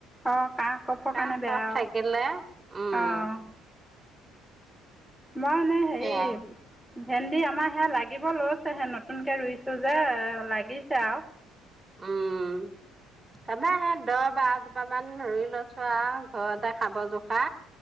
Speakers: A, in the centre; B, on the right.
A: অঁ' কাহ-কফৰ
B: কাহ
A: কাৰণে বেয়া
B: কফ
A: আৰু
B: থাকিলে উম।
A: অঁ' মই এনে হেৰি
B: সেয়া।
A: ভেন্দি আমাৰ সেয়া লাগিব ল'। সে নতুনকে ৰুইছো যে লাগিছে আৰু।
B: উম' তাপা সেই দহ বাৰ জোপা মান ৰুই লৈছো আৰু ঘৰতে খাব জোখা।